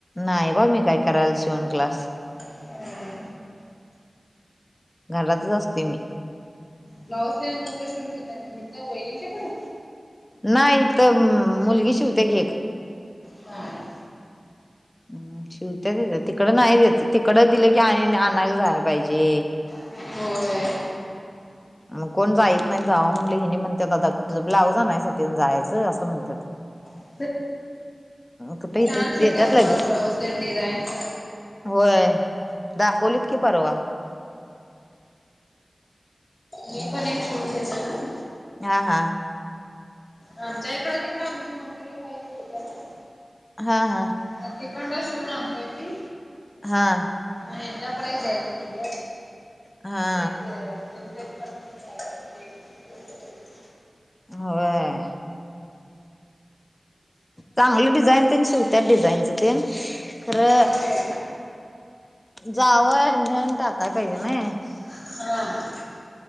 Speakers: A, on the left; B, on the left.
A: नाही हो मी काय करायला शिवण क्लास
B: <inaudible> हम्
A: घरातच असते मी
B: ब्लाऊज ते कुठं शिवून घेताय इथं वहिनीच्याकडं?
A: नाही तर मुलगी शिवते की एक
B: हा
A: हम शिवत्यात इथं तिकड नाही द्यायचं तिकड दिलं की आणायला जाय पाहिजे
B: होय
A: मग कोण जायीत नाही जावा म्हणलं हिणीं म्हणतात आता ब्लाऊज आणायसाठी जायचं असं म्हणतात
B: <inaudible>
A: कुठे इथ
B: छान शिवतात
A: देतात लगेच
B: थोडा ब्लाऊज डिझाईनच
A: होय दाखवलीत की परवा हम्म
B: मी पण एक शिवून घेतलेलं
A: हा हा
B: आमच्या इकड तिकडे आमच्या मम्मी आई शिवतात ना
A: हा हा
B: ह तिकंड शिवून आणतोय मी
A: हां
B: हिच्याकडे एक द्यायचं म्हणलं
A: हा
B: तेच त्यां <unintelligible> क <unintelligible> <inaudible>
A: होय चांगलं डिझाईनच ते शिवतात डिझाईनच ते खरं
B: होय
A: जावं नेहून टाकाय पाहिजे नय
B: हा